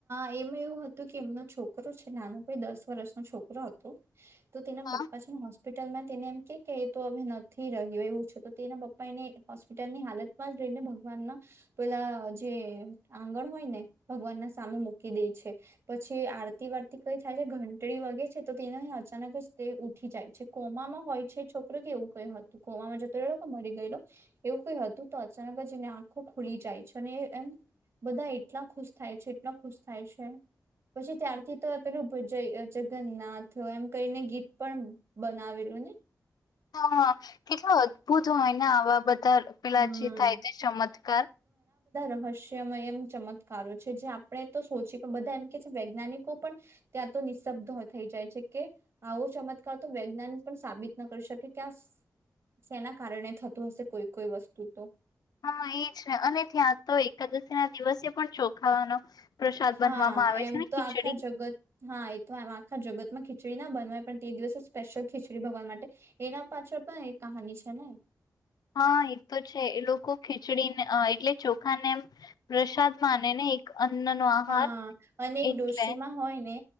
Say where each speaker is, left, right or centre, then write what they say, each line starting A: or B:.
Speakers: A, on the right (about 55°); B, on the left (about 80°).
A: એમ એવું હતું કે એમનો છોકરો છે નાનો ભાઈ દસ વર્ષનો છોકરો હતો તો તેના
B: હા
A: પપ્પા છે ને હો હોસ્પિટલમાં તેને એમ કે કે એ તો હવે નથી રહ્યો એવું છે તો તેના પપ્પા એને હોસ્પિટલની હાલતમાં જ ભગવાન ના પેલા જે આંગણ હોયને ભગવાન ના સામે મૂકી દે છે પછી આરતી વારતી કઈ થાય છે ઘંટડી વગે છે તો તે અચાનક જ તે ઉઠી જાય છે કોમામાં હોય છે છોકરો કે એવું કય હતું કોમામાં જતો રહ્યો કે મરી એવું કઈ હતું તો અચાનક જ એને આંખો ખુલી જાય છે અને એમ બધા એટલા ખુશ થાય છે એટલા ખુશ થાય છે. પછી ત્યારથી તો પેલું ભજ જય જગન્નાથ એમ કરીને ગીત પણ બનાવેલું અને
B: હા કેટલા અદ્ભુત હોય ને આવા બધા પેલા
A: હમ
B: જે થાય તે ચમત્કાર
A: હસ્યમયમ ચમત્કારો છે જે આપણે તો સોચી પણ બધા એમ કે છે વૈજ્ઞાનિકો પણ ત્યાં તો નિઃશબ્દ થઈ જાય છે કે આવો ચમત્કાર તો વૈજ્ઞાન પણ સાબિત ન કરી શકે ક્યાં જેના કારણે થતું હશે કોઈ કોઈ વસ્તુ તો
B: હા એ છે અને ત્યાં તો એકાદશી ના દિવસે પણ ચોખાવાનો પ્રસાદ
A: હા
B: બનવામાં આવે
A: એમ
B: છે ને
A: તો
B: ખીચડી
A: આખા જગત હા એ તો આખા જગતમાં ખ ખીચડી ના બનવાય પણ તે દિવસે સ્પેશિયલ ખીચડી ભગવા માટે એના પાછળ પણ એક કહાની છે ને
B: હા એ તો છે એ લોકો ખીચડીને એટલે ચો ને એમ પ્રસાદ માને ને એક અન્ન નો આહાર
A: હા અને એક
B: એટલે
A: ડોશીમાં હોય ને